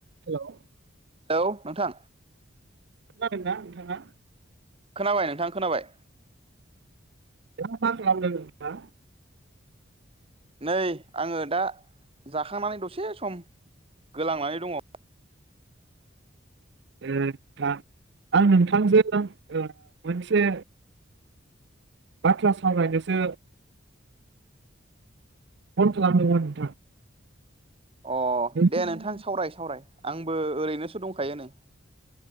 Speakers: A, on the right (about 60°); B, on the right (about 30°).
A: हेल'
B: हेलौ नोंथां
A: खोनादोंना दा नोंथाङा
B: खोनाबाय नोंथां खोनाबाय
A: <unintelligible> नोंथाङा
B: नै आङो दा जाखांनानै दसे सम गोलांनानै दङ
A: नोंथां आं नोंथांजों ओ मोनसे बाथ्रा सावरायनोसो फन खालामदोंमोन नोंथां
B: अ
A: नोंथाङा
B: दे नोंथां सावराय आंबो ओरैनोसो दंखायो नै